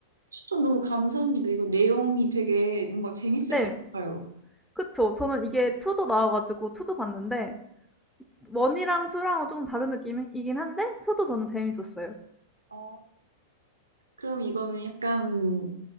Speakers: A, on the right; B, in the centre.
A: 추천 너무 감사합니다. 이거 내용이 되게 뭔가 재밌을
B: 네.
A: 것 같아요.
B: 그쵸. 저는
A: 네.
B: 이게 2도 나와 가지고 2도 봤는데 1 이랑 2 랑은 좀 다른 느낌이긴 한데 2도 저는 재밌었어요.
A: 아, 그럼 이거는 약간